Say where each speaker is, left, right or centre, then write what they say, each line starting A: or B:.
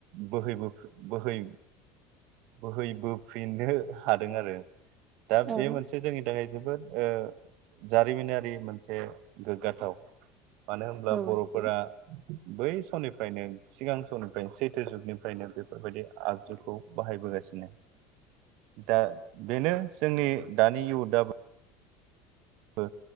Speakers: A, on the right (about 70°); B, on the right (about 40°).
A: बोहैबो बोहै बोहैबोफिननो हादों आरो दा
B: औ
A: बे मोनसे जोंनि थाखाय जोबोद ओ जारिमिनारि मोनसे गोग्गाथाव मानो होनब्ला
B: औ
A: बर'
B: नंगौ
A: फोरा बै समनिफ्रायनो सिगां समनिफ्रायनो सैथो जुगनिफ्रायनो बेफोरबायदि आगजुखौ बाहायबोगासिनो दा बेनो जोंनि दानि इउदाबो बो